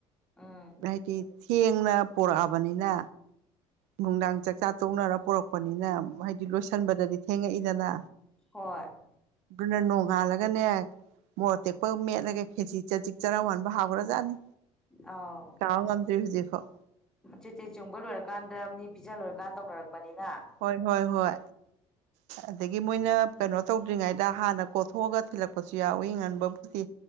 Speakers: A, in the centre; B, on the right.
A: ꯎꯝ
B: ꯍꯥꯏꯗꯤ ꯊꯦꯡꯅ ꯄꯣꯔꯛꯑꯕꯅꯤꯅ ꯅꯨꯡꯗꯥꯡ ꯆꯥꯛꯆꯥ ꯇꯣꯡꯅꯔ ꯄꯣꯔꯛꯄꯅꯤꯅ ꯍꯥꯏꯗꯤ ꯂꯣꯏꯁꯟꯕꯗꯗꯤ ꯊꯦꯡꯉꯛꯏꯗꯅ꯫
A: ꯍꯣꯏ꯫
B: ꯗꯨꯅ ꯅꯣꯡꯉꯥꯜꯂꯒꯅꯦ꯫ ꯃꯣꯔꯠ ꯇꯦꯛꯄꯒ ꯃꯦꯠꯂꯒ ꯈꯦꯆꯤ ꯆꯖꯤꯛ ꯆꯔꯥ ꯋꯥꯟꯕ ꯍꯥꯎꯒ꯭ꯔꯥꯖꯥꯠꯅꯤ꯫
A: ꯑꯥꯎ
B: ꯉꯥꯎ ꯉꯝꯗ꯭ꯔꯤ ꯍꯨꯖꯤꯛꯐꯥꯎ꯫
A: ꯆꯦ ꯆꯦ ꯆꯣꯡꯕ ꯂꯣꯏꯔꯀꯥꯟꯗ ꯃꯤ ꯄꯤꯖ ꯂꯣꯏꯔꯀꯥꯟꯗ ꯇꯧꯅꯔꯛꯄꯅꯤꯅ
B: ꯍꯣꯏ ꯍꯣꯏ ꯍꯣꯏ ꯑꯗꯒꯤ ꯃꯣꯏꯅ ꯀꯩꯅꯣ ꯇꯧꯗ꯭ꯔꯤꯉꯩꯗ ꯍꯥꯟꯅ ꯀꯣꯊꯣꯛꯑꯒ ꯊꯤꯜꯂꯛꯄꯁꯨ ꯌꯥꯎꯋꯤ ꯉꯟꯕꯕꯨꯗꯤ